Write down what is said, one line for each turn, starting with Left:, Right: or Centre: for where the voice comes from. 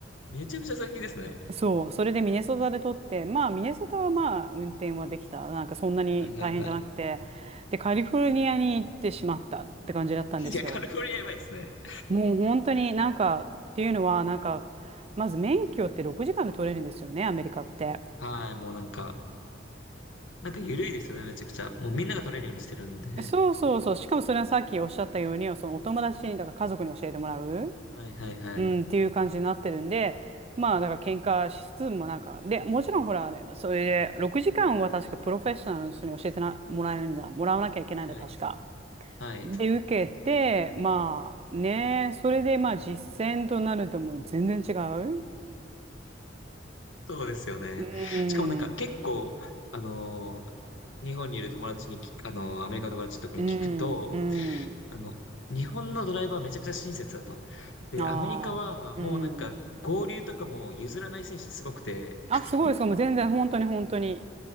Left: めちゃくちゃ最近ですね。
Right: そう、それでミネソタで取って、まあミネソタはまあ運転はできた。なんかそんなに大変じゃなくて、
Left: はいはいはい。
Right: で、カリフォルニアに行ってしまったって感じだったんですよ。
Left: いや、カリフォルニアやばいですね。
Right: もう本当になんか、っていうのはなんか、まず免許って6時間で取れるんですよね、アメリカって。
Left: はい、もうなんか、なんか緩いですよね、めちゃくちゃ。もうみんなが取れるようにしてるんで。
Right: そうそうそう。しかもそれはさっきおっしゃったように、そのお友達に、だから家族に教えてもらう、
Left: はいはいはい。
Right: うん、っていう感じになってるんで、まあ、だから喧嘩しつつもなんか、で、もちろんほら、あれそれで、6時間は確かプロフェッショナルの人に教えてな、もらえるんだ、もらわなきゃいけないんだ、
Left: はい。
Right: 確か。
Left: はい。
Right: で、受けて、まあ、ね、それで、まあ、実践となるともう全然違う。
Left: そうですよね。
Right: うん、
Left: しかもなんか結構、あのー日本にいる友達にき、あのーアメリカの友達とかに聞くと、
Right: うん、うん、
Left: あの、日本のドライバーめちゃくちゃ親切だと。で、
Right: ああ、
Left: アメリカはもうなんか合流とかも譲らない精神すごくて、
Right: うん。あ、
Left: <laughs>
Right: すごい、そう、もう全然、本当に本当に。